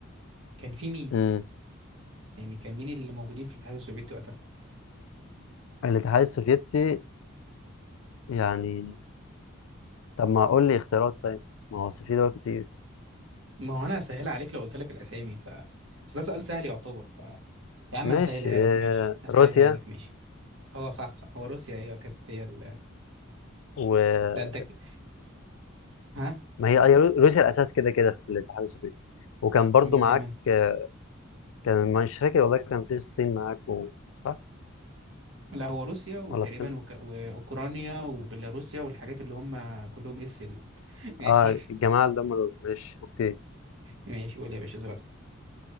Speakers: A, on the right (about 75°); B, on the left (about 80°).
A: كان فيه مين
B: امم
A: يعني كان مين اللي موجودين في الاتحاد السوفيتي وقتها
B: الاتحاد السوفيتي يعني طب ما اقول لي اختيارات طيب ما هو أصل في دول كتير
A: ما هو انا هسهلها عليك لو قلت لك الاسامي ف بس ده سؤال سهل يعتبر ف يا عم
B: ماشي
A: هسهلها
B: آه،
A: لك ماشي هسهلها
B: روسيا
A: لك ماشي هو صح صح هو روسيا هي كانت هي ال...
B: و آه،
A: لا انت ك- ها
B: ما هي أي- روسيا الاساس كده كده في الاتحاد السوفيتي وكان برضو
A: مين
B: معاك
A: كمان
B: آه، كان مش فاكر والله كان في الصين معاكم صح
A: لا هو روسيا وتقريبا
B: ولا الصين
A: وك... واوكرانيا وبيلاروسيا والحاجات اللي هم كلهم اسيا دي <laughs> ماشي
B: اه الجماعة اللي هم دول ماشي اوكي
A: ماشي قول يا باشا سؤالك